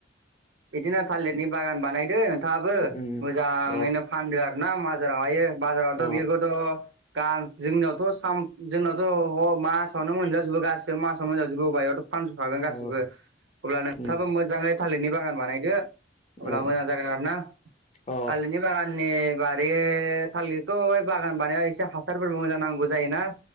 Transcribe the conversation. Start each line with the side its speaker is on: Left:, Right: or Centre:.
Right: बिदिनो थालिरनि बागान बानायदों नोंथाङाबो
Left: उम
Right: मोजाङैनो
Left: अ
Right: फानदो आर ना माजार बाजार
Left: अ
Right: बिखौथ गा जोंनियावथ' साम जोंनावथ' ह मासावनो मोनजाजोबो गास मास <unintelligible> फानसुखागोन गासिबो
Left: अ
Right: अब्ला नोंथाङाबो
Left: उम
Right: मोजाङै थालिरनि बागान बानायदो अब्ला
Left: अ
Right: मोजां जागोन आरोना
Left: अ
Right: थालिरनि बागाननि बारे थालिरथ' इ बागान बानायाव इसे हासारफोरबो मोजां नांगौ जायोना